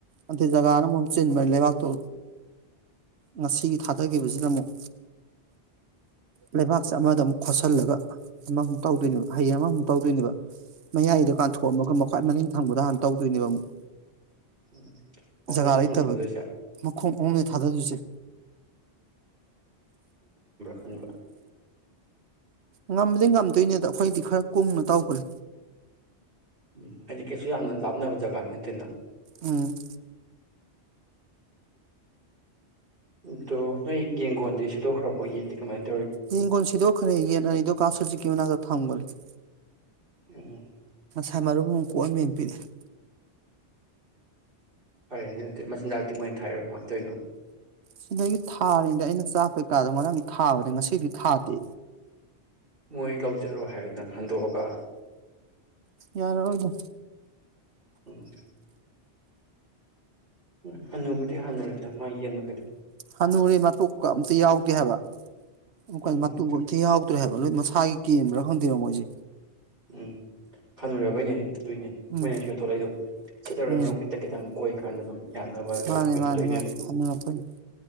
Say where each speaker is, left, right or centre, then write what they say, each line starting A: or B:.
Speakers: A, on the right; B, on the right.
A: ꯑꯟꯗꯦ ꯖꯒꯥꯅ ꯑꯃꯨꯛ ꯆꯤꯟꯕꯅꯤ ꯂꯩꯕꯥꯛꯇꯣ ꯉꯁꯤꯒꯤ ꯊꯥꯛ ꯊꯥꯗꯈꯤꯕꯁꯤꯅ ꯑꯃꯨꯛ ꯂꯩꯕꯥꯛꯁꯦ ꯑꯃꯗ ꯑꯃꯨꯛ ꯈꯣꯠꯁꯤꯜꯂꯒ ꯑꯃꯃꯨꯛ ꯇꯧꯗꯣꯏꯅꯦꯕ ꯍꯌꯦꯡ ꯑꯃꯃꯨꯛ ꯇꯧꯗꯣꯏꯅꯦꯕ ꯃꯌꯥꯏꯗꯣ ꯀꯥꯟꯊꯣꯛꯑꯝꯃꯒ ꯃꯈꯋꯥꯏ ꯃꯅꯤꯡ ꯊꯪꯕꯗ ꯍꯥꯟꯅ ꯇꯧꯗꯣꯏꯅꯦꯕ ꯑꯃꯨꯛ
B: ꯎꯝ ꯃꯈꯣꯡ
A: ꯖꯒꯥ
B: ꯑꯍꯨꯝꯂꯛ
A: ꯂꯩꯇꯕꯒꯤ
B: ꯊꯥꯗꯣꯏꯁꯦ
A: ꯃꯈꯣꯡ ꯑꯍꯨꯝ ꯊꯥꯗꯗꯣꯏꯁꯦ
B: ꯈꯪꯕ
A: ꯉꯝꯕꯗꯤ ꯉꯝꯗꯣꯏꯅꯦ ꯑꯗ ꯑꯈꯣꯏꯗꯤ ꯈꯔ ꯀꯨꯡꯅ ꯇꯧꯒ꯭ꯔꯦ
B: ꯎꯝ ꯍꯥꯏꯗꯤ ꯀꯩꯁꯨ ꯌꯥꯝꯅ ꯂꯥꯞꯅꯕ ꯖꯒꯥꯗꯤ ꯅꯠꯇꯦꯅ
A: ꯎꯝ
B: ꯑꯗꯣ ꯅꯣꯏ ꯌꯦꯡꯒꯣꯟꯗꯤ ꯁꯤꯠꯇꯣꯛꯈ꯭ꯔꯕꯣ ꯌꯦꯟꯗꯤ ꯀꯃꯥꯏꯅ ꯇꯧ
A: ꯌꯦꯟꯒꯣꯜ ꯁꯤꯗꯣꯛꯈ꯭ꯔꯦ ꯌꯦꯟ ꯑꯅꯤꯗꯣ ꯀꯥ ꯁꯨꯖꯤꯛꯀꯤ ꯃꯅꯥꯛꯇ ꯊꯝꯈ꯭ꯔꯦ <inaudible>
B: ꯎꯝ
A: ꯍꯥꯏ ꯃꯔꯨ ꯑꯃ ꯀꯣꯛꯑ ꯑꯝꯄꯦꯅ ꯄꯤꯔꯛꯑꯦ
B: ꯐꯔꯦꯅꯦ ꯑꯗꯨꯗꯤ ꯃꯆꯤꯟꯖꯥꯛꯇꯤ ꯃꯣꯏꯅ ꯊꯥꯛꯏꯔꯣ ꯀꯃꯥꯏꯅ ꯇꯧꯔꯤꯅꯣ
A: ꯁꯤꯗꯒꯤ ꯊꯥꯔꯤꯅꯤꯗ ꯑꯩꯅ ꯆꯥꯛ ꯀꯩꯀꯥꯗꯣ ꯉꯔꯥꯡ ꯊꯥꯕꯅꯦ ꯉꯁꯤꯗꯤ ꯊꯥꯗꯦ
B: ꯃꯣꯏ ꯂꯧꯖꯔꯣ ꯍꯥꯏꯗꯅ ꯍꯟꯗꯣꯛꯑꯒ
A: ꯌꯥꯔꯔꯣꯏꯗ
B: ꯎꯝ ꯎꯝ ꯍꯅꯨꯕꯨꯗꯤ ꯍꯅꯨꯔꯦꯗ ꯃꯥ ꯌꯦꯡꯃꯒꯩꯗꯣ
A: ꯍꯅꯨꯨꯔꯦ ꯃꯇꯣꯛꯀ ꯑꯝꯇ ꯌꯥꯎꯗꯦ ꯍꯥꯏꯕ
B: ꯎꯝ
A: ꯀꯜ ꯃꯇꯨꯒ ꯑꯝꯇ ꯌꯥꯥꯎ ꯍꯥꯏꯕ ꯃꯁꯥꯒꯤ ꯀꯦꯟꯕꯔꯥ ꯈꯪꯗꯦ ꯃꯣꯏꯁꯦ
B: ꯎꯝ ꯍꯅꯨꯔꯕꯩꯅꯦ ꯑꯗꯨꯏꯅꯦ
A: ꯎꯝ
B: ꯃꯣꯏꯅꯁꯨ ꯌꯣꯟꯊꯣꯛꯂꯛꯏꯗꯣ ꯁꯤꯠꯂꯔꯣꯏ
A: ꯎꯝ
B: ꯃꯔꯨꯝ ꯈꯤꯇꯪ ꯈꯤꯇꯪ ꯀꯣꯛꯏꯀꯥꯟꯗ ꯑꯗꯨꯝ ꯌꯥꯅꯕꯅ ꯇꯧꯔ
A: ꯃꯥꯅꯦ
B: ꯌꯣꯟꯊꯣꯛꯂꯛꯏꯅꯦꯕ
A: ꯃꯥꯅꯦ ꯃꯥꯅꯦ ꯍꯅꯨꯔꯛꯄꯩꯅꯤ